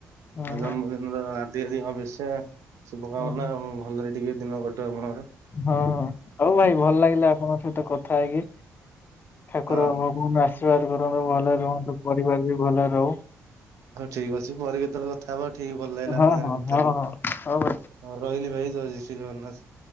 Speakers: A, on the left; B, on the right.
A: ହଁ
B: ଆ ଜନ୍ମଦିନର ହାର୍ଦ୍ଦିକ ଶୁଭେଚ୍ଛା। ଶୁଭ କାମନା
A: ହଁ
B: ଭଲରେ ଟିକେ ଦିନ କଟୁ ଆପଣଙ୍କର।
A: ହଁ ହଁ ହୋଉ ଭାଇ ଭଲ ଲାଗିଲା ଆପଣଙ୍କ ସହିତ କଥା ହେଇକି। ଠାକୁର
B: ହଁ।
A: ଭଗବାନ ଆଶୀର୍ବାଦ କରନ୍ତୁ ଭଲରେ ରୁହନ୍ତୁ ପରିବାର ବି ଭଲରେ ରହୁ।
B: ହଁ ଠିକ ଅଛି ପରେ କେତେବେଳେ କଥା ହବା ଠିକ ଭଲ ଲାଗିଲା
A: ହଁ
B: ଆପଣଙ୍କ ସାଙ୍ଗରେ
A: ହଁ
B: କଥା
A: ହଁ
B: ହେଇକି।
A: ହଁ ହଉ ଭାଇ।
B: ହଁ ରହିଲି ଭାଇ ଜୟ ଶ୍ରୀ ଜଗନ୍ନାଥ।